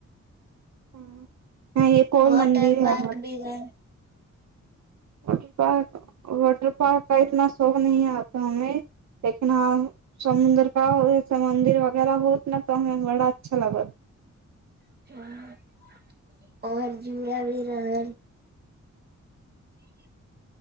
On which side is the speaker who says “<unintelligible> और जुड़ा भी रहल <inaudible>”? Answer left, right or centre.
Right